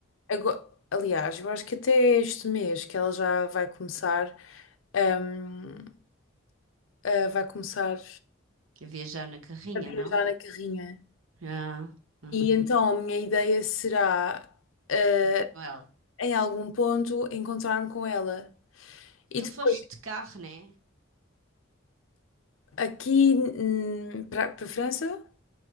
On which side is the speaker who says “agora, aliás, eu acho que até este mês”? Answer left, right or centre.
Left